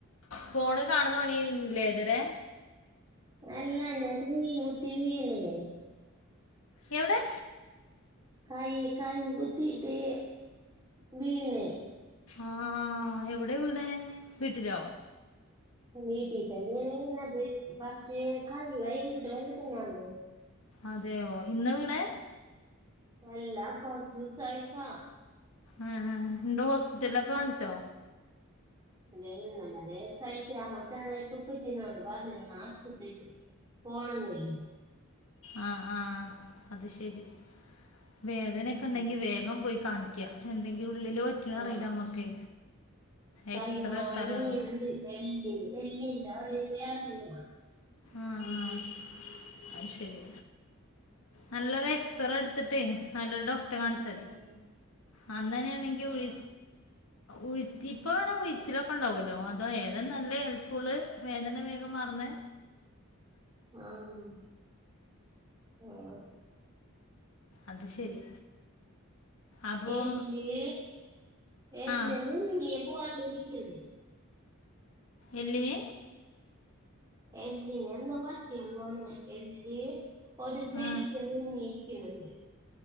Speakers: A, on the left; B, on the right.
A: ഫോണ് കാണുന്ന പണ്യേനി ലെ തരെ.
B: അല്ല ഞാ ടി വിം കുത്തി വീണെ.
A: യൗടെ.
B: കൈ കൈ കുത്തിട്ട് വീണെ.
A: ആഹ് എവിടെ വീണേ വീട്ടിലോ.
B: വീട്ടി തന്നെണ് ഈണത് പക്ഷേ കൈ ഭയങ്കര വേദനാന്നേ.
A: അതെയോ ഇന്ന വിണെ
B: അല്ല കൊർച്ചുസായി പാ
A: ആഹ് ആഹ് ണ്ടോസ്പിറ്റൽലൊക്കെ കാൺച്ചോ.
B: ഇല്ല ഇല്ലല്ല ദേവസിയിറ്റ് ആ മറ്റാണെ ഇപ്പപ്പച്ചീനോട് പർഞ്ഞ ആസ്പത്രിക്ക്. പോണന്നെ.
A: ആഹ് ആഹ് അത് ശരി വേദനക്കെണ്ടെങ്കി
B: ഉം.
A: വേഗം പോയി കാണിക്ക്യ. എന്തെങ്കി ഉള്ളില് പറ്റിണൊ
B: ആ
A: അറിലമ്മക്കെ
B: കക്കായി
A: എക്സറേ
B: മാങ്ങയിലുണ്ട്
A: തരാറ്.
B: എല്ല് എല്ലിൻ്റവിടെ ഒരു വേദനയാ.
A: ആഹ് ആഹ് അഹ് ശരി. നല്ലൊരു എക്സറേ ഇട്ത്തിട്ടേ നല്ലൊരു ഡോക്ടറെ കാണിച്ചാതി.
B: ഉം.
A: അന്നന്നെണെങ്കി ഉഴി ഉഴിത്തി പ്പങ്ങനെ ഉഴിച്ചിലൊക്കെണ്ടാവ്വല്ലോ അതോ ഏത നല്ല ഹെൽപ് ഫുള് വേദന വേഗം മാറന്ന്.
B: ആഹ <unintelligible> ഓഹ്.
A: അത് ശരി. അപ്പോൾ
B: എല്ല് എല്ല്
A: ആ
B: നീ പോവാണ്ട്നിക്ക്യൂലേ.
A: എല്ലിന്.
B: എല്ലിനെന്തോ പറ്റിയെന്നൊന്നെണെ. എല്ല് ഒരു സൈഡീക്കന്നെ
A: ആ
B: നീതിക്കുന്നുണ്ട്.